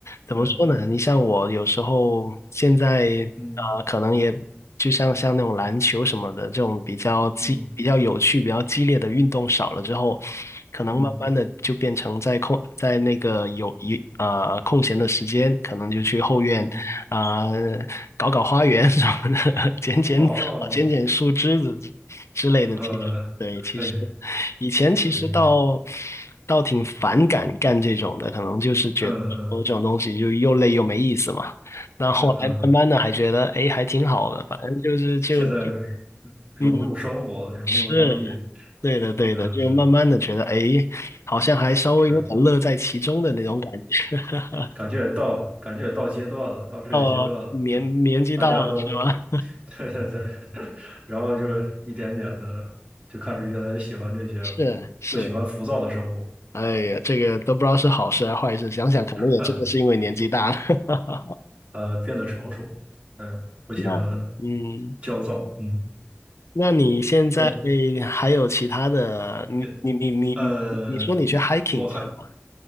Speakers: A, on the left; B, on the right.
A: 怎么说呢？
B: 那
A: 你像我有时候现在呃，
B: 嗯
A: 可能也就像像那种篮球什么的这种比较激、
B: 嗯
A: 比较有趣、比较激烈的运动少了之后，可能慢慢的就变成在空在那个有一呃空闲的时间，
B: 嗯
A: 可能就去后院啊、
B: 嗯，
A: 呃搞搞花园 <laughs> 什么的，<laughs> 剪剪草、
B: 哦，
A: 剪剪树枝子之之类的。
B: 呃，
A: 其实对，
B: 可以
A: 其实。以前其实倒
B: 可以，
A: 倒挺反感干这种的，可能就是觉得说这种东西就又累又没意思嘛。
B: 嗯嗯，
A: 那后来慢慢的还觉得，
B: 是，呃
A: 哎，还挺好的，反正就是就就
B: 现在融入生活，
A: 嗯，
B: 融入当地，
A: 是对的对的，
B: 嗯，
A: 就慢慢的觉得，哎，好像还稍微有点乐在其中的那种感觉。
B: 是
A: <laughs>
B: 感觉也到感觉也到阶段了，到这个阶段了，
A: 到年年纪到了是吧？
B: 嗯，大家都 <laughs> 对对对，<laughs> 然后就是一点点的就开始越来越喜欢这些了，
A: 是是，
B: 不喜欢浮躁的生活，
A: 哎呀，这个都不知道是好事还是坏事，想想可能也真的是因为年纪大了。
B: <laughs>
A: <laughs>
B: 呃，变得成熟，嗯，不喜欢
A: 那嗯。
B: 焦躁，嗯，
A: 那你现在
B: 哎，
A: 还有其他的？你你你你你你说你去
B: 也呃，
A: hiking
B: 我还
A: 是吗？